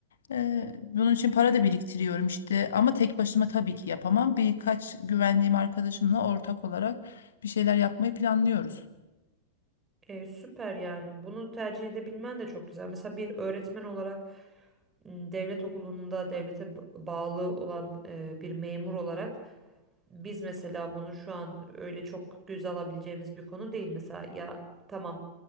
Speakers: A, on the left; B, on the right.
A: E, bunun için para da biriktiriyorum işte. Ama tek başıma tabii ki yapamam. Birkaç güvendiğim arkadaşımla ortak olarak bir şeyler yapmayı planlıyoruz.
B: E, süper yani. Bunu tercih edebilmen de çok güzel. Mesela bir öğretmen olarak m, devlet okulunda devlete b- bağlı olan e, bir memur olarak Biz mesela bunu şu an öyle çok göze alabileceğimiz bir konu değil mesela ya tamam